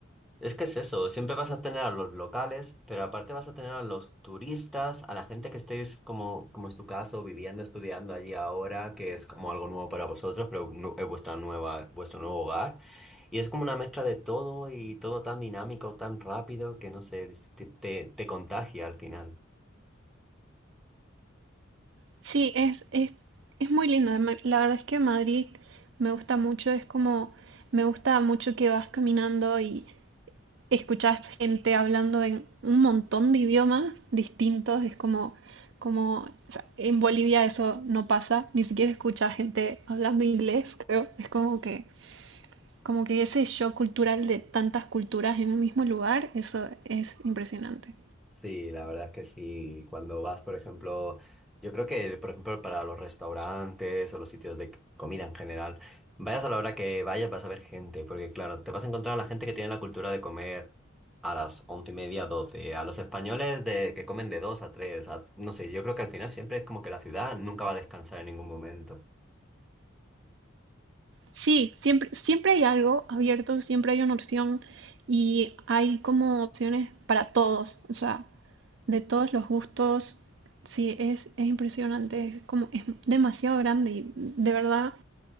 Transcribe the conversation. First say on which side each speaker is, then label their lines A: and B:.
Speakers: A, in the centre; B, on the right.
A: Es que es eso, siempre vas a tener a los locales, pero aparte vas a tener a los turistas, a la gente que estéis como, como es tu caso, viviendo, estudiando allí ahora, que es como algo nuevo para vosotros, pero nu- es vuestra nueva, vuestro nuevo hogar. Y es como una mezcla de todo y todo tan dinámico, tan rápido, que no sé, es- te, te te contagia al final.
B: Sí, es, es, es muy lindo. Ma- La verdad es que Madrid me gusta mucho, es como, me gusta mucho que vas caminando y escuchás gente hablando en un montón de idiomas distintos, es como, como, o sea, en Bolivia eso no pasa, ni siquiera escuchás gente hablando inglés, creo, es como que, como que ese shock cultural de tantas culturas en un mismo lugar, eso es impresionante.
A: Sí, la verdad es que sí. Cuando vas, por ejemplo, yo creo que, por ejemplo, para los restaurantes o los sitios de c- comida en general, vayas a la hora que vayas, vas a ver gente, porque claro, te vas a encontrar a la gente que tiene la cultura de comer a las once y media, doce, a los españoles de que comen de dos a tres, a- no sé, yo creo que al final siempre es como que la ciudad nunca va a descansar en ningún momento.
B: Sí, siempre, siempre hay algo abierto, siempre hay una opción y hay como opciones para todos, o sea, de todos los gustos. Sí, es, es impresionante, es como, es demasiado grande y de verdad